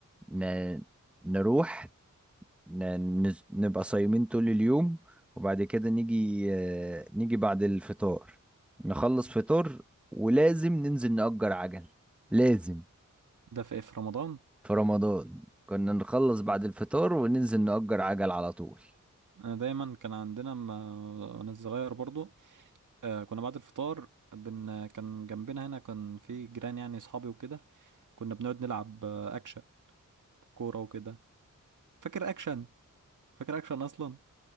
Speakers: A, in the centre; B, on the right.
A: ن... نروح ن... نز- نبقى صايمين طول اليوم وبعد كده نيجي آه، نيجي بعد الفطار نخلص فطار ولازم ننزل نأجر عجل لازم
B: ده في إيه، في رمضان
A: في رمضان كنا نخلص بعد الفطار وننزل نأجر عجل على طول
B: انا دايما كان عندنا ما- وانا صغير برضو آه كنا بعد الفطار بن... كان جنبنا هنا كان في جيران يعني اصحابي وكده كنا بنقعد نلعب آه، اكشن كوره وكده فاكر اكشن فاكر اكشن اصلا